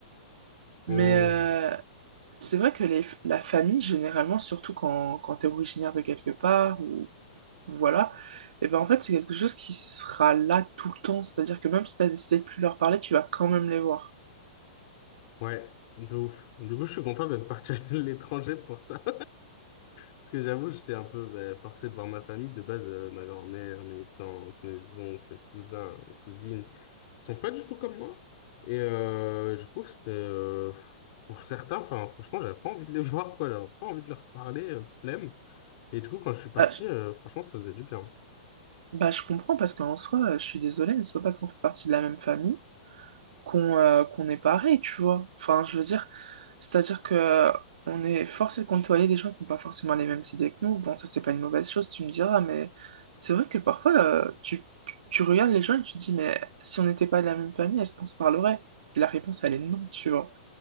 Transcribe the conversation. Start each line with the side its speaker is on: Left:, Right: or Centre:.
Left: Hmm.
Right: Mais euh, c'est vrai que les, la famille, généralement, surtout quand, quand tu es originaire de quelque part, ou voilà, et ben en fait, c'est quelque chose qui sera là tout le temps. C'est-à-dire que même si tu as décidé de plus leur parler, tu vas quand même les voir.
Left: Ouais, de ouf. Du coup, je suis content d'être parti <laughs> à l'étranger pour ça. Parce que j'avoue, j'étais un peu ben, forcé de voir ma famille. De base, euh, ma grand-mère, mes tantes, mes oncles, mes cousins, mes cousines, qui sont pas du tout comme moi. Et euh, du coup, c'était... euh, pour certains, enfin, franchement, j'avais pas envie de les <laughs> voir, quoi. J'avais pas envie de leur parler, euh, flemme. Et du coup, quand je suis parti,
Right: Bah,
Left: euh, franchement, ça faisait du bien.
Right: Bah, je comprends parce qu'en soi, euh, je suis désolée, mais c'est pas parce qu'on fait partie de la même famille qu'on euh, qu'on est pareil, tu vois. Enfin, je veux dire, c'est-à-dire que euh, on est forcé de côtoyer des gens qui n'ont pas forcément les mêmes idées que nous. Bon, ça, c'est pas une mauvaise chose, tu me diras, mais c'est vrai que parfois, euh, tu, tu regardes les gens et tu te dis, mais si on n'était pas de la même famille, est-ce qu'on se parlerait? Et la réponse, elle est non, tu vois.